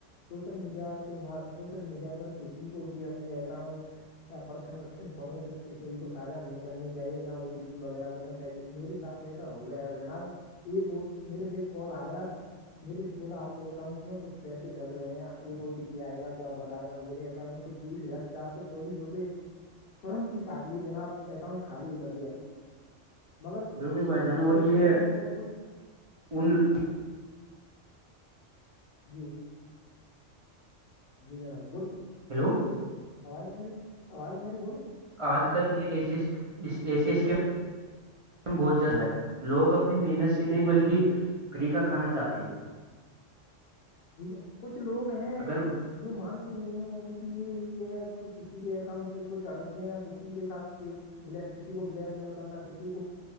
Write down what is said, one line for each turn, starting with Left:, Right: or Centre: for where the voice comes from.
Left: سوشل میڈیا کے سوشل میڈیا پر کسی کو بھی اپنے اکاؤنٹ یا پرسنل انفارمیشن کسی کو ساھا نہیں کرنی چاہیے نہ او ٹی پی وغیرہ دینا چاہیے میرے ساتھ کیسا ہو گیا جناب ایک میرے پہ ایک کال آیا میرے سے بولا آپ کے اکاؤنٹ میں کچھ پیسے ڈل رہے ہیں ایک او ٹی پی آئے گا تو آپ بتا دینا میرے کم سے بیس ہزار چار سو چوبس روپئے ترنت ہی کاٹ لیے جنا آپ اکاؤنٹ خالی ہی کر دیا مگر
Right: بالکل بھائی
Left: کچھ
Right: جان اور
Left: لوگ
Right: یہ
Left: ہیں اور کچھ
Right: ان
Left: جی جی جناب بولیے
Right: ہیلو
Left: آواز نہیںیاری آوازیاری بول
Right: آج کل یہ ای ایشس کے بہت جلد ہے لوگ اپنی محنت سے
Left: جی
Right: نہیں بلکہ
Left: جی
Right: فریقہ کھانا چاہتے ہیں
Left: جی کچھ لوگ ہیں
Right: اگر
Left: جو مانتے نہیں ہیں ان کی یہی ہے کہ کسی کے اکاؤنٹ سے کوئی چڑپ لینا کسی کے ساتھ بل کسی کو بلیک میل کرنا کسی کو